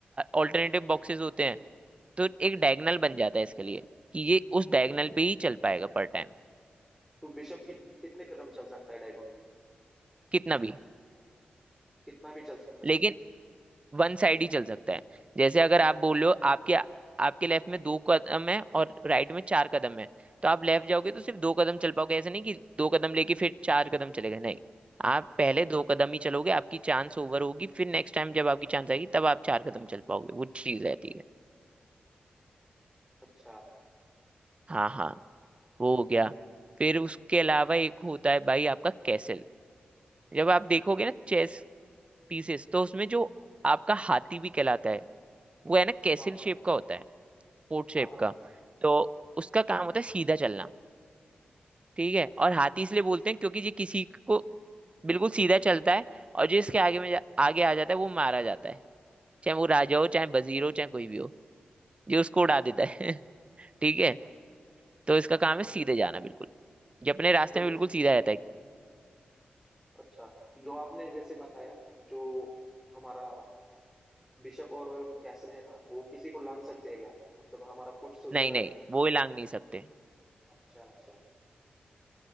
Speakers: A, on the right; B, in the centre.
A: ऑल्टरनेटिव
B: अच्छा
A: बॉक्सेस
B: अच्छा
A: होते हैं तो एक डायगनल बन जाता है इसके लिए कि ये उस डायगनल पे ही चल पाएगा पर टाइम
B: तो बिशप कित, कितने कदम चल सकता है डायगोनली
A: कितना भी
B: कितना भी चल सकता है
A: लेकिन वन साइड ही चल सकता है जैसे अगर आप बोल रहे हो आपके आपके लेफ्ट में दो कदम है और राइट में चार कदम है तो आप लेफ्ट जाओगे तो सिर्फ दो कदम चल पाओगे ऐसे नहीं कि दो कदम लेके फिर चार कदम चले गए नहीं आप पहले दो कदम ही चलोगे आपकी चांस ओवर होगी फिर नेक्स्ट टाइम जब आपकी चांस आएगी तब आप चार कदम चल पाओगे वो चीज रहती है
B: अच्छा
A: हाँ हाँ वो हो गया फिर उसके अलावा एक होता है भाई आपका कैसल जब आप देखोगे ना चेस पीसेस तो उसमें जो आपका हाथी भी कहलाता है वो है ना कैसल
B: हाँ हाँ
A: शेप का होता है पोर्ट शेप
B: हाँ हाँ
A: का तो उसका काम होता है सीधा चलना ठीक है और हाथी इसलिए बोलते हैं क्योंकि ये किसी को बिल्कुल सीधा चलता है और जिसके आगे में जा, आगे आ जाता है वो मारा जाता है चाहे वो राजा हो चाहे वजीर हो चाहे कोई भी हो ये उसको उड़ा देता है <laughs> ठीक है तो इसका काम
B: अच्छा
A: है सीधे जाना बिल्कुल ये अपने रास्ते
B: तो
A: में
B: जैसे
A: बिल्कुल सीधा रहता है
B: अच्छा तो जो आपने जैसे बताया जो हमारा बिशप और कैसल है ना वो किसी को लांग सकते हैं क्या मतलब हमारा फुट सोल्जर
A: नहीं नहीं वो लांग नहीं सकते
B: अच्छा अच्छा